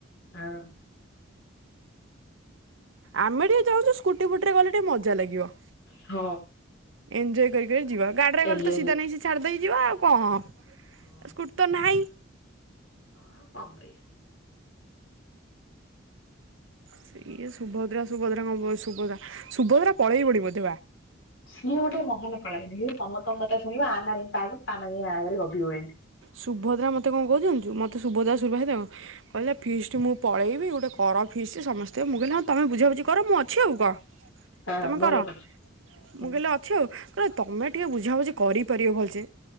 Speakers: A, on the left; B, on the right.
A: ହଁ
B: ଆମେ ଟିକେ ଚାହୁଁଛୁ ସ୍କୁଟି ବୁଟି ରେ ଗଲେ ଟିକେ ମଜା ଲାଗିବ।
A: ହଁ।
B: ଏନଞ୍ଜଏ କରିି କରି ଯିବା ଗାଡ଼ିରେ
A: ଏଞ୍ଜୟ
B: ଗଲେ ତ ସିଧା ନାହିଁ ସେ ଛାଡ଼ିଦେଇ ଯିବା ଆଉ କଣ।
A: ଓ
B: ସ୍କୁଟି ତ ନାହିଁ
A: ହ ଆଉ କଣ କରିବା।
B: ସେଇଆ ସୁଭଦ୍ରା ସୁଭଦ୍ରା କଣ କହୁଛି ସୁଭଦ୍ରା ସୁଭଦ୍ରା ପଳେଇ ବଣୀ ବୋଧେ ବା।
A: ସିଏ ଗୋଟେ ମହାନ କଳା ଗିନି ସିଏ ସମସ୍ତଙ୍କ କଥା ଶୁଣିବ ଆ ନା ଯାଇ ତା ଆଗରେ ତା ନା ଯାଇ ଆ ଆଗରେ ଗପିବ ଏମତି।
B: ସୁଭଦ୍ରା ମତେ କଣ କହୁଛି ଜାଣିଛୁ ମତେ ସୁଭଦ୍ରା ସୁର ଭାଇ ଦ କହିଲା ଫିଷ୍ଟ ମୁଁ ପଳେଇବି ଗୋଟେ କର ଫିଷ୍ଟ ସମସ୍ତେ ମୁଁ କହିଲି ତମେ ବୁଝାବୁଝି କର ମୁଁ ଅଛି ଆଉ କଣ।
A: ହଁ
B: ତମେ
A: ଭଲ
B: କର
A: କରିଛୁ
B: ମୁଁ
A: ହୁଁ
B: କହିଲି ଅଛି ଆଉ କହିଲା ତମେ। ଟିକେ ବୁଝାବୁଝି କରି ପାରିବ ଭଲସେ